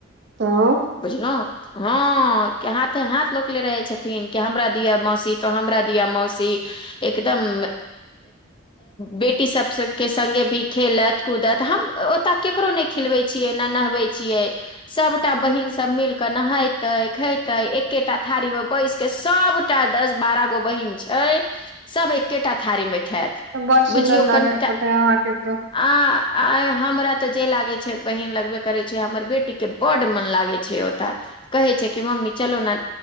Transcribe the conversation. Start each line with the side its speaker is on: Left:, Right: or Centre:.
Right: तो
Left: <unintelligible> बुझलहु। हँ हाथे हाथ लोकले रहे छथिन कि हमरा दििया मौसी तो हमरा दअ मौसी एकदम- बेी। <unintelligible> कटी सब के संगगे भी खेलत कूदत हम ओता केकरो ने खिलवे छिये न नहबे छिये सबटा बहिन सब मिल के नहेते खेते एकेटा थारी में बैस के सबटा दस बारह गो बहिीन छै सब एकेटा थारी में। खेत
Right: बड
Left: <unintelligible> बुझियौ।
Right: सुन्दर लागैत
Left: कनिटा
Right: होते
Left: <unintelligible>
Right: अहाँके तो
Left: -आर हमरा। जे लागे छै बहिन लगबे करे छै हमर बेटी के बड मन लागे छै ओता कहे छै कि मम्मी चलो ने